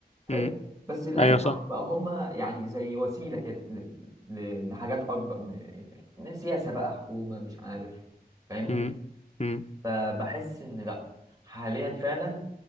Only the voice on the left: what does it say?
مم.
ايوه
صح
مم. مم.